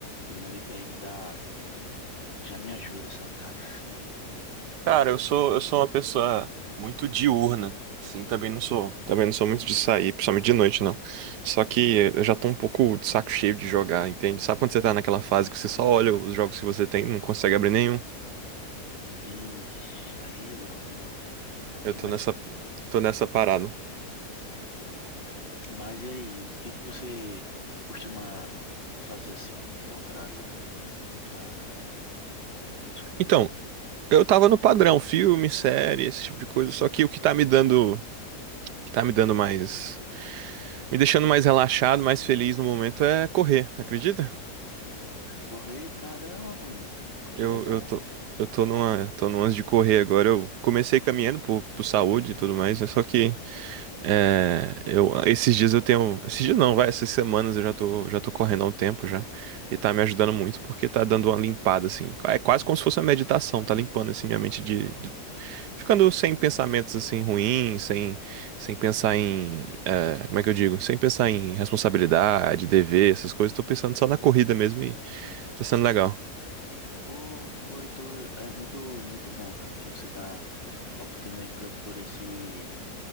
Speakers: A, on the left; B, on the right.
A: de noite, aí dá, já me ajuda, sabe, cara?
B: Cara, eu sou, eu sou uma pessoa muito diurna, assim, também não sou, também não sou muito de sair, principalmente de noite, não. Só que eu já tô um pouco de saco cheio de jogar, entende? Sabe quando você tá naquela fase que você só olha os jogos que você tem, e não consegue abrir nenhum?
A: Vixe, aí é bronca, né?
B: Eu
A: Eu imagino.
B: tô nessa, tô nessa parada.
A: Mas e aí, o que que você costuma fazer assim, então, para para desaparecer?
B: Então, eu tava no padrão, filme, série, esse tipo de coisa, só que o que tá me dando, que tá me dando mais, me deixando mais relaxado, mais feliz no momento é correr, acredita?
A: Correr, caramba, mano. Que
B: Eu,
A: legal.
B: eu tô, eu tô numa, tô numa de correr agora. Eu comecei caminhando por, por saúde e tudo mais, né? Só que é, eu, esses dias eu tenho, esses dias não, vai, essas semanas eu já tô, já tô correndo há um tempo já. E tá me ajudando muito porque tá dando uma limpada, assim. É quase como se fosse uma meditação, tá limpando, assim, minha mente de, de- ficando sem pensamentos, assim, ruins, sem, sem pensar em, é, como é que eu digo? Sem pensar em responsabilidade, dever, essas coisas. Tô pensando só na corrida mesmo e tá sendo legal.
A: Pô, pô, Heitor, é muito muito bom, cara, que você tá optando aí por, por esse